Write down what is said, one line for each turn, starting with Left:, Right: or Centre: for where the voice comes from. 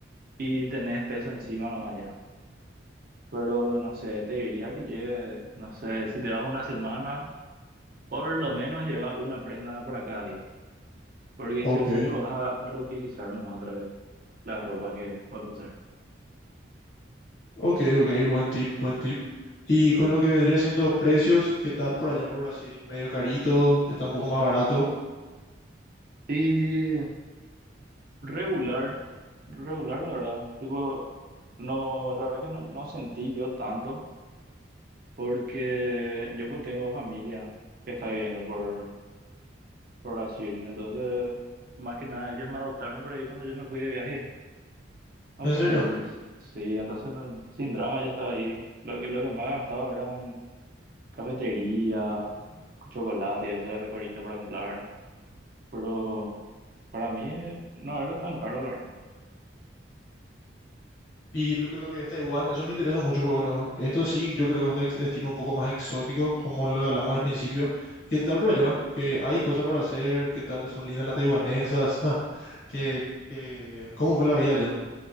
Right: y tenés peso encima nomás ya. Pero no sé, te diría que lleves, no sé, si te vas una semana, por lo menos lleva una prenda para cada día. Porque
Left: ok,
Right: sí o sí que vas a reutilizar nomás otra vez la ropa que vas a usar.
Left: ok, ok, buen tip, buen tip. Y con lo que vendría siendo precios, ¿qué tal por allá por Brasil? ¿Medio carito? ¿Está un poco más barato?
Right: Y regular, regular la verdad, tipo, no, la verdad que no, no sentí yo tanto. Porque yo pues tengo familia que está viviendo por, por Brasil, entonces más que nada ellos me adoptaron por ahí cuando yo me fui de viaje a
Left: ¿En
Right: Florianópolis.
Left: serio?
Right: Sí, entonces no- sin drama ya estaba ahí. Lo que, lo que más gastaba era en cafetería, chocolate y eso de recorrido para comprar. Pero para mí eh, no era tan caro, la verdad.
Left: Y lo, con lo que es Taiwán, eso me interesa mucho, porque bueno, esto sí, yo creo que es un dex- destino un poco más exótico, como lo hablamos al principio. ¿Qué tal por allá? ¿Qué hay cosas para hacer? ¿Qué tal son lindas las taiwanesas? <laughs> ¿Qué, qué, cómo fue la vida allá?